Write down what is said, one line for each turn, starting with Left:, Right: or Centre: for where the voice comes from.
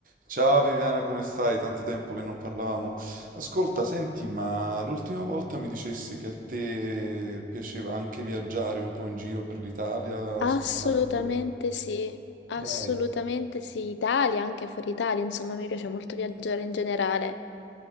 Right: Ciao Viviana, come stai? Tanto tempo che non parlavamo. Ascolta, senti, ma l'ultima volta mi dicessi che a te piaceva anche viaggiare un po' in giro per l'Italia,
Left: Assolutamente
Right: se non altro per...
Left: sì, assolutamente
Right: Dai,
Left: sì, Italia, anche fuori Italia, insomma, mi piace molto viaggiare in generale.